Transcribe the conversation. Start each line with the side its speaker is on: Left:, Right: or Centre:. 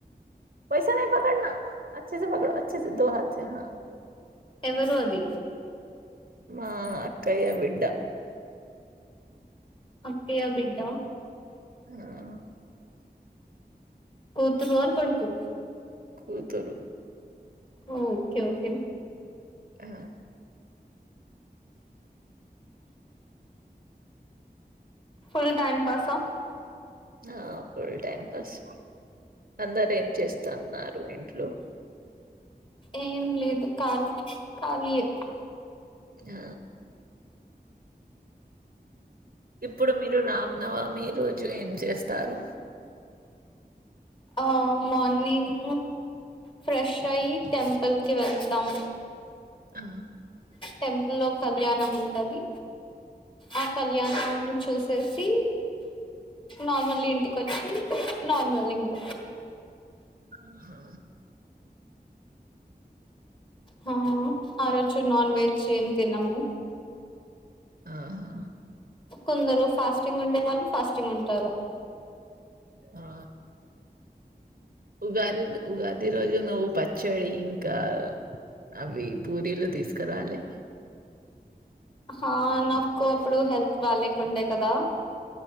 Right: వసమే పకడ్నా అచ్చేసే పకడ్ అచ్చేసే దో హాథ్ సే హా
Left: ఎవరు అది
Right: మా అక్కయ్య బిడ్డ
Left: అక్కయ బిడ్డ
Right: ఆ
Left: కూతురు ఆర్ కొడుకు
Right: కూతురు
Left: ఓకే ఓకే
Right: ఆ
Left: ఫుల్ టైమ్ పాసా
Right: ఆ ఫుల్ టైం పాస్ అందరేం చేస్తాన్నారు ఇంట్లో
Left: ఏం లేదు ఖాలీ ఖాలీయె
Right: ఆ ఇప్పుడు మీరు రామ్నవమి రోజు ఏం చేస్తారు
Left: ఆ మార్నింగ్ ఫ్రెష్ అయి టెంపుల్కి వెళ్తాం
Right: ఆ
Left: టెంపుల్ లో కళ్యాణం ఉంటది ఆ కళ్యాణం చూసేసి నార్మల్ ఇంటికొచ్చి నార్మల్ ఇంక
Right: ఆహా
Left: హా ఆ రోజు నాన్ వెజ్ ఏం తినము
Right: ఆహా
Left: కొందరు ఫాస్టింగ్ ఉండే వాళ్ళు ఫాస్టింగ్ ఉంటారు
Right: ఆ ఉగాదిదు ఉగాది రోజు నువ్వు పచ్చడి ఇంకా అవి పూరీలు తీసుకురాలే
Left: ఆ నాకు అప్పుడు హెల్త్ బాలేకుండే కదా